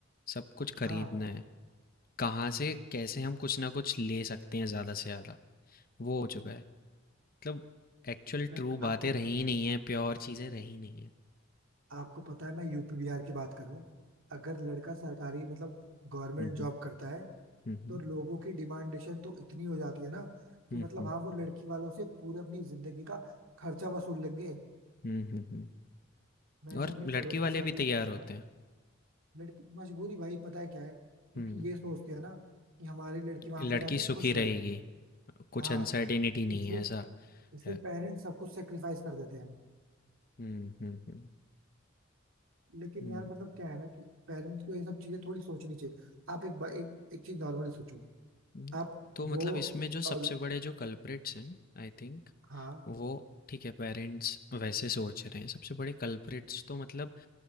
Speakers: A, on the left (about 45°); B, on the right (about 85°).
A: सब कुछ खरीदना
B: हाँ
A: है कहाँ से कैसे हम कुछ ना कुछ ले सकते हैं ज़्यादा से ज़्यादा वो हो चुका है मतलब एक्चुअल
B: मैं
A: ट्रू बातें
B: आपको
A: रही ही नहीं है, प्योर चीज़ें रही नहीं है।
B: आपको पता है मैं यूपी बिहार की बात करूं अगर लड़का सरकारी मतलब गवर्नमेंट
A: हुँ,
B: जॉब
A: हुँ।
B: करता है
A: हुँ, हुँ।
B: तो लोगों की डिमांडेशन तो इतनी हो जाती है ना कि
A: हुँ,
B: मतलब
A: हुँ।
B: हाँ वो लड़की वालों से पूरे अपनी जिंदगी का खर्चा वसूल लेंगे
A: हुँ, हुँ, हुँ।
B: मैंने
A: और
B: अपने पड़ोस
A: लड़के
B: की
A: वाले
B: शादी
A: भी
B: में
A: तैयार
B: देखा
A: होते
B: था
A: हैं।
B: लड़की मजबूरी भाई पता है क्या है क्योंकि
A: हुँ,
B: ये सोचते हैं ना कि हमारी लड़की वहां
A: लड़की
B: पे जाके
A: सुखी
B: खुश
A: रहेगी,
B: रहेगी
A: कुछ
B: हाँ
A: अनसर्टेनिटी नहीं
B: इसलिए
A: है, ऐसा
B: इसलिए
A: है।
B: पेरेंट्स सब कुछ सेक्रीफाइस कर देते हैं
A: हुँ, हुँ, हुँ।
B: लेकिन
A: हुँ,
B: यार मतलब क्या है ना कि पेरेंट्स को ये सब चीजें थोड़ी सोचनी चाहिए आप एक बा- एक, एक चीज नॉर्मली सोचो
A: हुँ।
B: आप
A: तो मतलब
B: वो
A: इसमें जो सबसे
B: और
A: बड़े जो कल्प्रिट्स हैं आई थिंक
B: हाँ
A: वो ठीक है पेरेंट्स वैसे सोच रहे हैं, सबसे बड़े कल्प्रिट्स तो मतलब